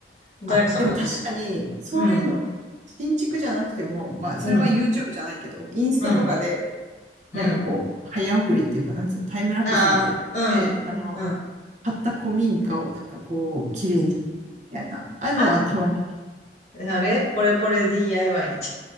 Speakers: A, on the left; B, on the right.
A: 大工さんのです。
B: あ、でも確かに、そういうの、
A: うん、
B: 新築じゃなくても、まあそれは
A: うん、
B: YouTube じゃないけど、インスタとかで、
A: うん、うん。
B: なんかこう、早送りっていうか、なんつうの、タイムラプスみたいで、
A: ああ、うん、うん、
B: あの、
A: うん。
B: 買った古民家をなんかこう、綺麗に、みたいな、ああいうのはたまに見
A: あ、あれポレポレ DIY。違う。